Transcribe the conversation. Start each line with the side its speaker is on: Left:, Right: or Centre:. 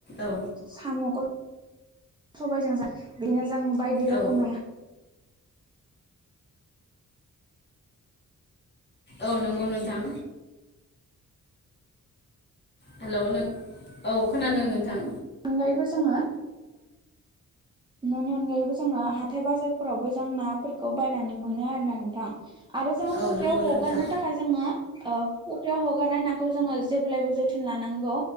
Left: औ
Right: साम'खौ सबायजों ज बिदिनो जों बायदि
Left: औ
Right: रोखोमै
Left: औ नंगौ नोंथां हेल' औ खोनादों नोंथां
Right: अनगायैबो जोङो न'नि अनगायैबो जोङो हाथाय बाजारफोरावबो जों नाफोरखौ बायनानै मोनो आरोना नोंथां आरो जों
Left: औ
Right: फख्रियाव
Left: नंगौ नोंथां
Right: हगारनो थाखाय थाखाय जोङो फुख्रियाव हगारनाय नाखौ जोङो जेब्लायबो जोथोन लानांगौ